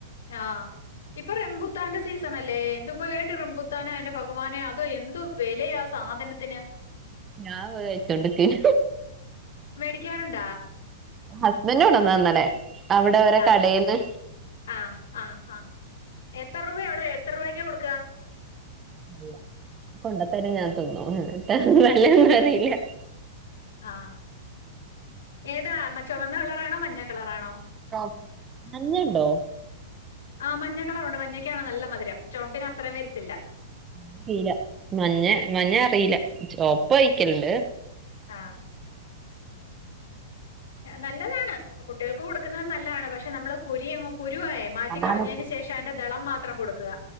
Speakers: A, on the left; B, on the right.
A: ആഹ് ഇപ്പൊ റംബുത്താന്റെ സീസണ് അല്ലേ എൻ്റുമ്മ വ റംബുത്താന എന്റെ ഭഗവാനെ അതോ എന്തും വെലയാ സാധനത്തിന്
B: ഞാൻ കഴിച്ചോണ്ടിക്കേനു
A: മേടിക്കാറുണ്ടാ
B: ഹസ്ബൻ്റ് കൊണ്ട് വന്നതാ ഇന്നല്ലേ അവിടെ ഓരെ
A: ആഹ്
B: കടേന്ന്
A: ആഹ് ആഹ് ആഹ് എത്ര രൂപ എവിടെ എത്ര രൂപക്ക കൊടുക്കുക
B: അറിയൂല കൊണ്ടത്തര ഞാൻ തിന്നും എന്നിട്ട് വെലയൊന്നും അറിയില്ല
A: ആഹ് ഏതാ മ ചുമന്ന കളറാണോ മഞ്ഞ കളറാണോ
B: ചുമപ്പ് മഞ്ഞയുണ്ടോ
A: ആ മഞ്ഞക്കളറുണ്ട് മഞ്ഞക്കാണ് നല്ല മധുരം ചുമപ്പിന് അത്രയും വരത്തില്ല
B: അറില മഞ്ഞ മഞ്ഞ അറിയില്ല ഒപ്പ കഴിക്കലിണ്ട്
A: ആഹ് നല്ലതാണ് കുട്ടികൾക്ക് കൊടുക്കുന്നത് നല്ലതാണ് പക്ഷെ പക്ഷെ നമ്മള് കുരിങ്ങ് കുരുവേ മാറ്റിക്കളഞ്ഞതിതിന്
B: അതാണ്
A: ശേഷം അതിന്റെ ദളം മാത്രം കൊടുക്കുക